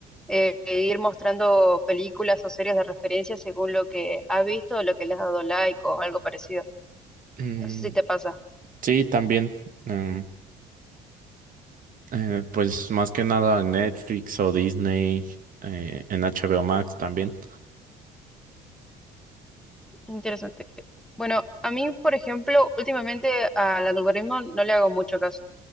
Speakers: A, in the centre; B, on the right (about 50°).
A: eh, ir mostrando películas o series de referencia según lo que ha visto o lo que le has dado like o algo parecido.
B: mm,
A: No sé si te pasa.
B: sí, también. em, eh, pues más que nada en Netflix o Disney, eh, en HBO Max también.
A: Interesante. Bueno, a mí, por ejemplo, últimamente al algoritmo no le hago mucho caso,